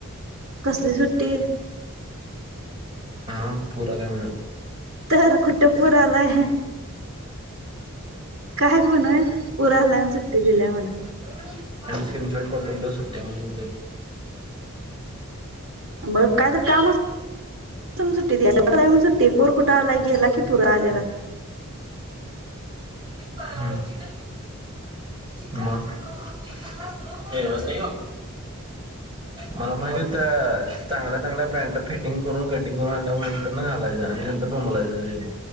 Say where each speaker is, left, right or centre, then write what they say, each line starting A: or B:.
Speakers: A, on the right; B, on the right.
A: कसली सुट्टी?
B: हा पूरा का म्हण.
A: तर कुट पूर आला आहे. काय म्हणय पुर आलाय म सुट्टी दिल्याय म्हणा.
B: आणि स्क्रीनशॉट पाठवतो सुट्ट्या म्हणून तर.
A: मग काय तर कामा सुट्टीम <unintelligible> सुट्टी पूर कुठं आलाय गेला की पूर आलेला.
B: हम्म. हा <unintelligible> तेवस ते. मला माहिती होत चांगल्या-चांगल्या पॅन्ट फिटिंग करून, कटिंग करून आणल्या. नाही आल्याचा आणि नंतर बोंबलायचा,